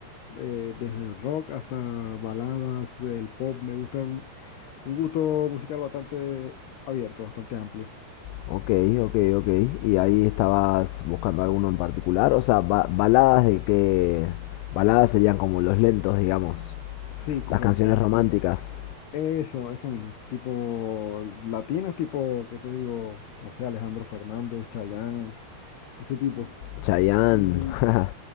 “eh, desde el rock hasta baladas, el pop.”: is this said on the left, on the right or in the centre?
Left